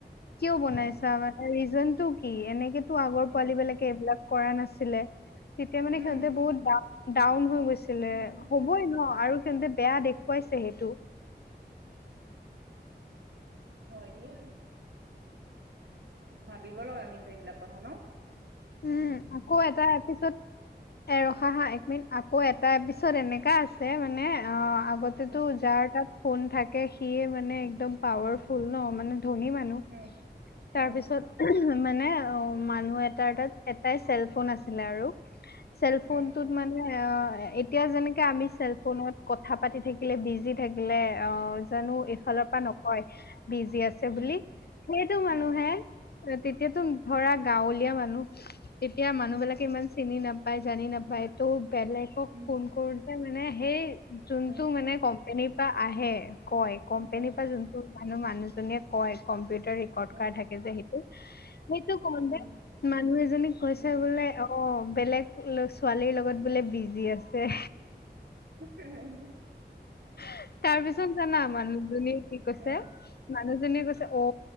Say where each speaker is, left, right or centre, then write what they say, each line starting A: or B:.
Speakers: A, on the left; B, on the right.
A: কিয় বনাইছা
B: উম,
A: মানে ৰিজন টো কি এনেকেতো আগৰ পোৱালি
B: উম,
A: বিলাকে এইবিলাক কৰা নাছিল তেতিয়া মানে
B: উম,
A: সিহঁতে বহুত ডা ডাউন হৈ গৈছিলে
B: উম,
A: হ'বই ন আৰু তেন্তে বেয়া দেখুৱাইছে সেইটো,
B: হয় দেই ভাবিব লগা কিন্তু এইবিলাকত ন
A: উম আকৌ এটা এপিছত এ ৰখা হা এক মিনিট আকৌ এটা এপিছত এনেকা আছে মানে অ আগতেতো
B: উম,
A: যাৰ তাত ফোন থাকে সিয়ে মানে একদম পাৱাৰফুল ন মানে ধনী মানুহ
B: উম,
A: তাৰপিছত
B: উম,
A: মানে অ মানুহ এটা তাৰ তাত এটাই চেল ফোন আছিলে আৰু চেলফোন
B: উম,
A: টোত মানে এতিয়া যেনেকে আমি চেলফোনত কথা পাতি থাকিলে বিজি থাকিলে অ জানো এইফালৰ পৰা নকয় বিজি আছে
B: উম,
A: বুলি সেইটো মানুহে
B: উম,
A: তেতিয়াতো ধৰা গাঁৱলীয়া মানুহ, তেতিয়া মানুহ বিলাকে ইমান চিনি নাপায় জানি নাপায় টো বেলেগক
B: উম,
A: ফোন কৰোতে মানে সেই যোনতটো
B: উম, উম,
A: মানে কোম্পনীৰ পৰা আহে কয় কোম্পেনীৰ
B: উম,
A: পৰা যোনটো মানুহ মানুহ কয় কম্পিউটাৰ ৰেকৰ্ড
B: উম,
A: কৰা থাকে যে সেইটো সেইটো কম দে
B: উম,
A: মানুহ এজনীক কৈছে
B: উম,
A: বোলে অ বেলেগ ছোৱালীৰ লগত বোলে বিজি আছে
B: ওহ হে হে হে,
A: হয় তাৰ পিছত জানা মানুহজনী কি কৈছে
B: উম,
A: মানুহজনীয়ে কৈছে অ